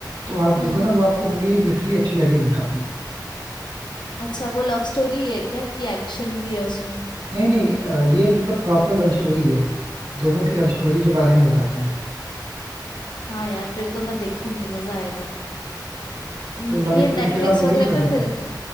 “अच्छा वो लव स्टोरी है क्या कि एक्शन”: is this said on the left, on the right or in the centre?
Left